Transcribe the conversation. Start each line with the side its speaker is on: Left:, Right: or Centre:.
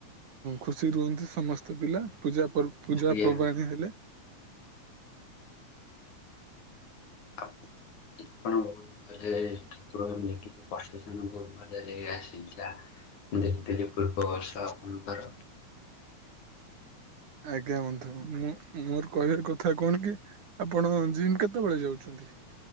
Right: ଖୁସି ରୁହନ୍ତି ସମସ୍ତ ପିଲା ପୂଜା ପୂଜା
Left: ଆଜ୍ଞା
Right: ପ୍ରବାଣୀ ହେଲେ
Left: ଆପଣହୁଏତ ଭଲେ ଠାକୁର ଙ୍କୁ ଦେଖିଛି ପ୍ରସେଶନ ଭୋଉତ ଭଲରେ ଆସିଥିଲା ଦେଖିଥିଲି ପୂର୍ବବର୍ଷା ଆପଣଙ୍କର
Right: ଆଜ୍ଞା ବନ୍ଧୁ ମୁଁ ମୋର କହିବାର କଥା କଣ କି ଆପଣ ଜିମ୍ କେତେବେଳେ ଯାଉଛନ୍ତି